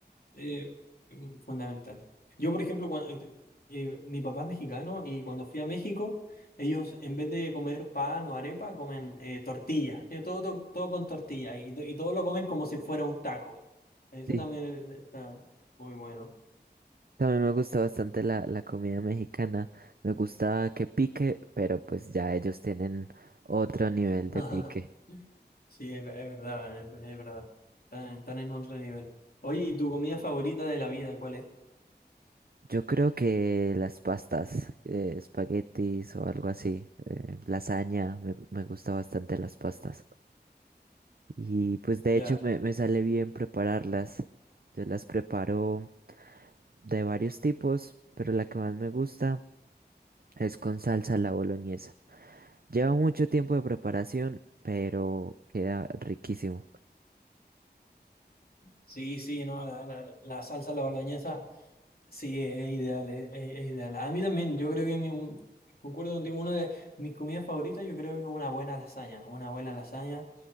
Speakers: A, on the left; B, on the right.
A: eh, fundamental. Yo, por ejemplo, cua- eh, eh, mi papá es mexicano y cuando fui a México, ellos en vez de comer pan o arepa, comen eh, tortilla. Tiene Todo, todo, todo con tortilla y, to- y todo lo comen como si fuera un taco. Eso
B: Sí.
A: también está muy bueno.
B: También me gusta bastante la, la comida mexicana. Me gusta que pique, pero pues ya ellos tienen otro nivel
A: <laughs>
B: de pique.
A: Sí, es, es verdad, es, es verdad. Están, están en otro nivel. Oye, ¿y tu comida favorita de la vida cuál es?
B: Yo creo que las pastas, eh, espaguetis o algo así, eh, lasaña, me, gu- me gusta bastante las pastas. Y pues de
A: Ya.
B: hecho me, me sale bien prepararlas. Yo las preparo de varios tipos, pero la que más me gusta es con salsa a la boloñesa. Lleva mucho tiempo de preparación, pero queda riquísimo.
A: Sí, sí, no, la, la- la salsa, la boloñesa. Sí, es ideal, es, es- es ideal. A mí también, yo creo que mi, un- concuerdo contigo, una de mis comidas favoritas, yo creo que es una buena lasaña, una buena lasaña